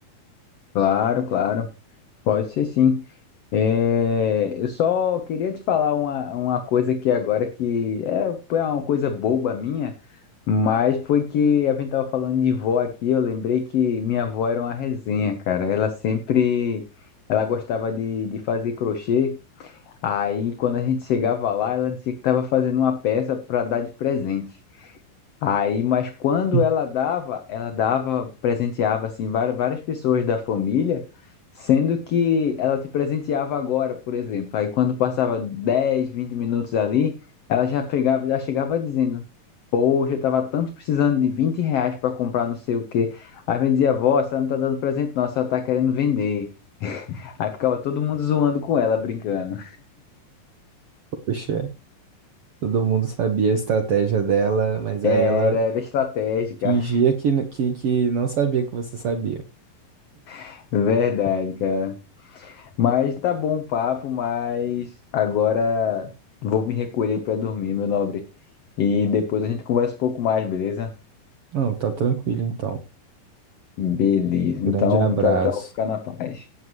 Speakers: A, on the left; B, on the right.
A: Claro, claro. Pode ser sim. É, eu só queria te falar uma, uma coisa aqui agora que é foi uma coisa boba minha, mas foi que a gente tava falando de vó aqui, eu lembrei que minha avó era uma resenha, cara. Ela sempre, ela gostava de, de fazer crochê Aí, quando a gente chegava lá, ela dizia que estava fazendo uma peça para dar de presente. Aí, mas quando
B: <laughs>
A: ela dava, ela dava, presenteava assim várias, várias pessoas da família, sendo que ela te presenteava agora, por exemplo. Aí, quando passava 10, 20 minutos ali, ela já chegava, já chegava dizendo: Poxa, eu tava tanto precisando de 20 reais para comprar não sei o quê. Aí, a gente dizia: Vó, você não tá dando presente, não, ela só tá querendo vender. <laughs> Aí ficava todo mundo zoando com ela, brincando.
B: Poxa, todo mundo sabia a estratégia dela, mas aí
A: Era,
B: ela
A: era estratégica,
B: fingia que, que, que não sabia que você sabia.
A: <laughs> verdade, cara. Mas tá bom o papo, mas agora vou me recolher pra dormir, meu nobre. E depois a gente conversa um pouco mais, beleza?
B: Não, tá tranquilo então.
A: Beleza. Então,
B: Grande abraço.
A: tchau, tchau. Fica na paz.